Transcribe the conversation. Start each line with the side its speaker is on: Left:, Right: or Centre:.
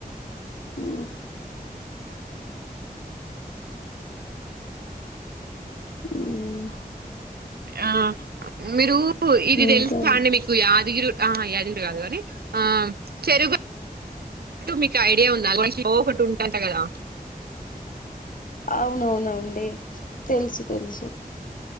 Left: హూ హూ మ్
Right: ఆ మీరు ఇది
Left: ఇంకా
Right: తెలుసా అండి మీకు యాదగిరి ఆ యాదగిరి కాదు కానీ ఆ చెరుగా ట్టు మీకు ఐడియా ఉందా <unintelligible> ఒకటి ఉంటంట కదా
Left: అవునవునండి తెలుసు తెలుసు